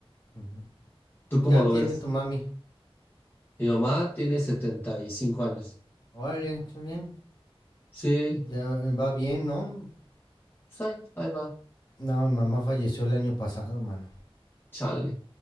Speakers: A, on the left (about 45°); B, on the left (about 20°).
A: Ujú.
B: ¿Tú cómo
A: Ya
B: lo
A: tiene
B: ves?
A: tu mami.
B: Mi mamá tiene 75 años.
A: Órale, está bien.
B: Sí,
A: Ya va bien, ¿no?
B: pues ahí, ahí va,
A: No, mi mamá falleció el año pasado, mano.
B: chale.